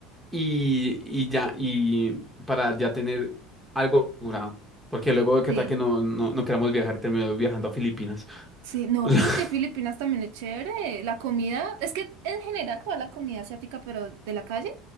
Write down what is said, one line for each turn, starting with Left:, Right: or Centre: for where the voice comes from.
Centre: y, y ya, y para ya tener algo curado. Porque luego, ¿qué
Right: Sí,
Centre: tal que no, no, no queramos viajar y terminamos viajando a Filipinas?
Right: sí, no,
Centre: <laughs>
Right: pero es que Filipinas también es chévere. La comida, es que en general toda la comida asiática, pero de la calle,